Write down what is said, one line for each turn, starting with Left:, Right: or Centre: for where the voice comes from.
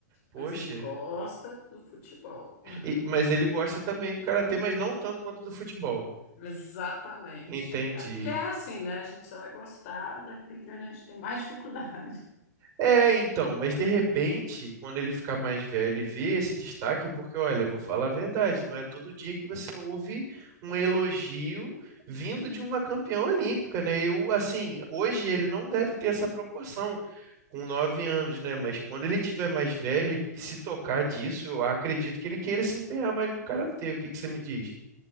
Right: Poxa.
Left: Mas ele gosta do futebol. <laughs>
Right: E- mas ele gosta também do karatê, mas não tanto quanto do futebol.
Left: Exatamente.
Right: Entendi.
Left: É porque é assim, né? A gente só vai gostar daquilo que a gente tem mais dificuldade. <laughs>
Right: É, então, mas de repente, quando ele ficar mais velho e ver esse destaque, porque olha, eu vou falar a verdade, não é todo dia que você ouve um elogio vindo de uma campeã olímpica, né? Eu, assim, hoje ele não deve ter essa proporção com nove anos, né? Mas quando ele tiver mais velho e se tocar disso, eu acredito que ele queira se empenhar mais no karatê. O que que você me diz?